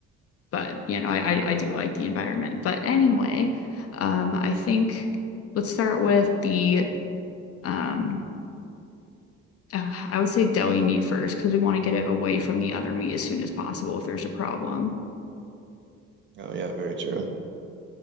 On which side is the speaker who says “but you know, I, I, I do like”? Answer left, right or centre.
Left